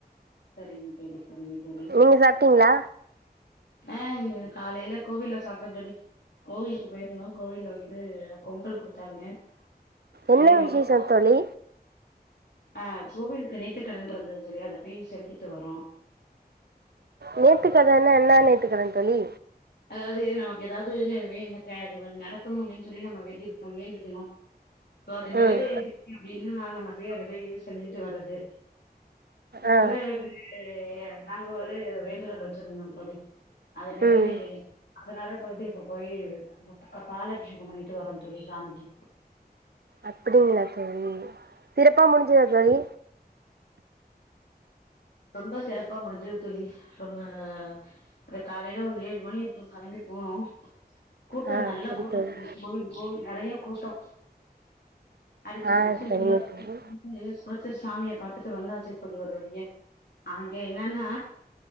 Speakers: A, on the left; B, on the right.
A: செரிங் செரிங்க தோழி
B: நீங்க சாப்ட்டீங்களா
A: ஆ காலைல கோவில்ல சாப்ட்டே தோழி கோவிலுக்கு போயிருந்தோ கோவில்ல வந்து பொங்கல் குடுத்தாங்க அதயே
B: என்ன
A: வாங்கி
B: விசேஷோ
A: கா
B: தோழி
A: ஆ கோவிலுக்கு நேர்த்திக்கடன் இருந்தது அத போய் செலுத்திட்டு வரோ
B: நேர்த்திக்கடன்னா என்ன நேர்த்திக்கடன் தோழி
A: அதாவ்து நமக்கு எதாவ்து வேண்ண காரியோ நடக்கணு அப்டின் சொல்லி நம்ம வேண்டிருக்கோ வேண்டிக்கணு சோ அத நெறவேறிடுச்சு
B: ம்
A: அப்டின்னா நம்ம சியாட்ட போய் செலுத்திட்டு வர்றது அது
B: ஆ
A: போல வந்து நாங்க ஒரு வேண்டுதல் வெச்சிருந்தோ தோழி அது நெறவேறிரு
B: ம்
A: அதனால பெறப்ட்டு இப்ப போயி முட்டுக்கா பாலபிஷகோ பண்ணிட்டு வரோ தோழி சாமிக்கு
B: அப்டிங்ளா தோழி சிறப்பா முடிஞ்சுதா தோழி
A: ரொம்ப சிறப்பா முடிஞ்சது தோழி ரொம்ப அது காலைல ஒரு ஏழு மணி இருக்கு கெளம்பி போனோ கூட்டோ
B: ஆ
A: நல்ல
B: சரி
A: கூட்டோ
B: தோழி
A: கோவில் கோவில் நறைய கூட்டோ அடிச்சு
B: ஆ
A: புடிச்சு
B: சரிங்க
A: உள்ள போய்
B: தோழி
A: <unintelligible> சாமிய பாத்துட்டு வந்தாச்சு தோழி‌ ஒரு‌ வழியா‌ அங்க என்னன்னா